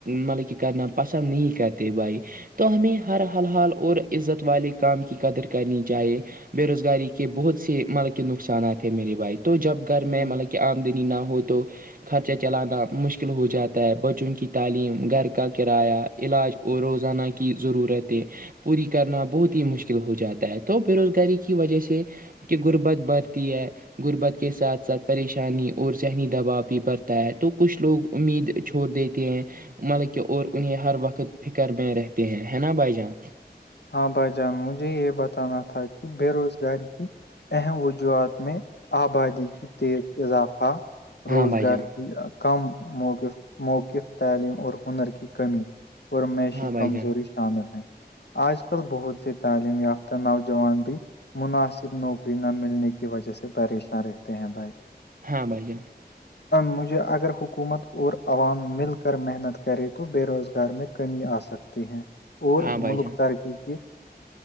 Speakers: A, on the right (about 55°); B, on the left (about 80°).
A: مطلب کہ کرنا پسند نہیں کرتے بائی تو ہمیں ہر حال حال اور عزت والے کام کی قدر کرنی چاہیے بے روزگاری کے بہت سے مطلب کے نقصانات ہیں میری بات تو جب گھر
B: گا
A: میں مطلب کہ آمدنی نہ ہو تو خرچہ چلانا مشکل ہو جاتا ہے بچوں کی تعلیم گھر کا کرایہ علاج اور روزانہ کی ضرورت ہے پوری کرنا بہت ہی مشکل ہو جاتا ہے تو بے روزگاری کی وجہ سے کہ غربت بڑھتی ہے غربت کے ساتھ ساتھ پریشانی اور ذہنی دباؤ بڑتا ہے تو کچھ لوگ امید چھوڑ دیتے ہیں مطلب کہ اور انہیں ہر وقت فکر میں رہتے ہیں ہے نا بھائی جان
B: ہاں بھائی جان مجھے یہ بتانا تھا کہ بے روزگاری کی اہم وجوہات میں آبادی کی تیز اضافہ روزگار
A: ہاں بھائی جان
B: کی کم موقف موقف تعلیم اور ہنر کی کمی اورمییشی
A: ہاں بھائی
B: کمزوری
A: جان
B: شامل ہیں آج کل بہت سے تعلیم یافتہ نوجوان بھی مناسب نوکری نہ ملنے کی وجہ سے پریشان رہتے ہیں بھائی
A: ہاں بائی جان
B: مجھ اگر حکومت اور عوام مل کر محنت کرے تو بے روزگار میں کمی آ سک ہیں اور
A: ہاں بھائی
B: ملک ترقی کے